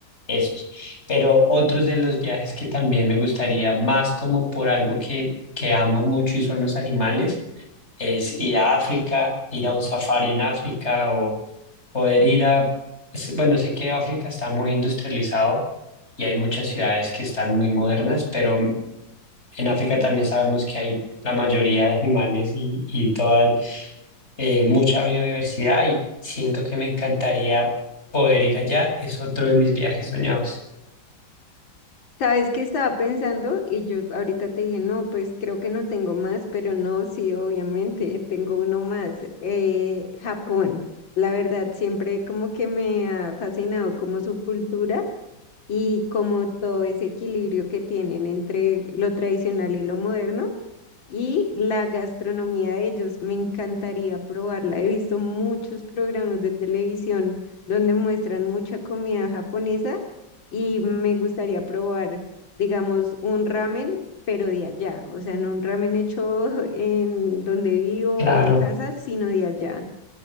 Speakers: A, on the left; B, on the left.
A: esos. Pero otros de los viajes que también me gustaría, más como por algo que, que amo mucho y son los animales, es ir a África, ir a un safari en África o poder ir a, es- bueno, sé que África está muy industrializado y hay muchas ciudades que están muy modernas, pero en África también sabemos que hay la mayoría de animales y, y toda eh, mucha biodiversidad y siento que me encantaría poder ir allá. Es otro de mis viajes soñados.
B: ¿sabes qué estaba pensando? Y yo ahorita te dije, no, pues creo que no tengo más, pero no, sí, obviamente, <laughs> tengo uno más, eh, Japón. La verdad, siempre como que me ha fascinado como su cultura y como todo ese equilibrio que tienen entre lo tradicional y lo moderno. Y la gastronomía de ellos, me encantaría probarla. He visto muchos programas de televisión donde muestran mucha comida japonesa y me gustaría probar, digamos, un ramen, pero de allá. O sea, no un ramen hecho <laughs> en donde vivo
A: Claro,
B: o en casa, sino de allá.